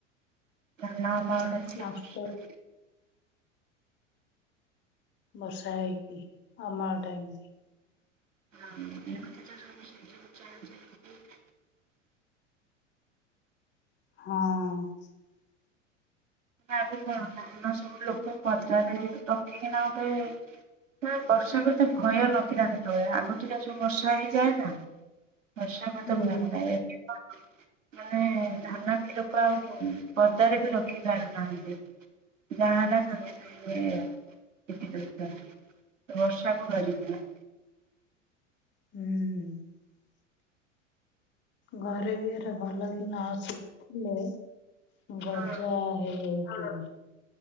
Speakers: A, on the right; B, on the left.
A: <unintelligible>
B: ନଷ୍ଟ
A: ବର୍ଷା
B: ବର୍ଷା ହେଇକି ଅମଳ ଟାଇମରେ
A: <unintelligible>
B: ହଁ।
A: ଆଗୁରୁ କଣ ଧାନ ସବୁ ଲୋକ ପଦାରେ ରଖିକିନା ଗୋଟେ ନା ବର୍ଷାକୁ ଏତେ ଭୟ ନଥିଲା ସେତେବେଳେ ଆଗତୁରିଆ ସବୁ ବର୍ଷା ହେଇଯାଏ ନା। ବର୍ଷା <unintelligible>
B: ହୁଁ
A: ମାନେ ଧାନ ବିଲକୁ ଆଉ ପଦାରେ ବି ରଖି ଛାଡୁନାହାଁନ୍ତି ଯାହା ହେଲା ସାଙ୍ଗେ ସାଙ୍ଗେ ରଖି ଦଉଛନ୍ତି, ବର୍ଷାକୁ ଡରିକିନା।
B: ହୁଁ। ଘରେ ବି ଆର ଭଲକି ନଆସୁ। ହାଲୋ।
A: ହଁ
B: ଗଜା ହେଇଯାଉ। ହଁ।